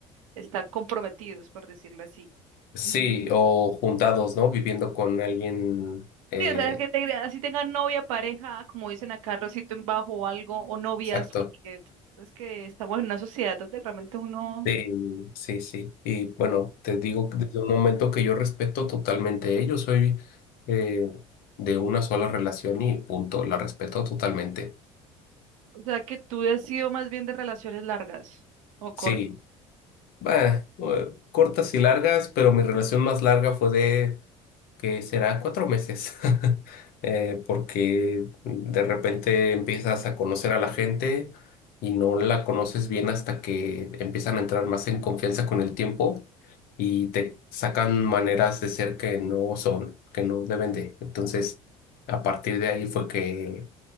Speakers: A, on the right (about 75°); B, on the left (about 60°).
A: están comprometidos, por decirlo así.
B: Sí,
A: Y,
B: o
A: y-
B: juntados, ¿no? Viviendo con alguien, eh,
A: sí, o sea, que te- así tengan novia, pareja, como dicen acá, rosito en bajo o algo, o novias,
B: exacto.
A: porque t- es que estamos en una sociedad donde realmente uno...
B: Sí, sí, sí. Y bueno, te digo que desde un momento que yo respeto totalmente. Yo soy eh, de una sola relación y punto, la respeto totalmente.
A: O sea, que tú has sido más bien de relaciones largas o
B: Sí,
A: cortas.
B: bah, eh, cortas y largas, pero mi relación más larga fue de que será cuatro meses, <laughs> eh, porque de repente empiezas a conocer a la gente y no la conoces bien hasta que empiezan a entrar más en confianza con el tiempo y te sacan maneras de ser que no son, que no deben de. Entonces, a partir de ahí fue que,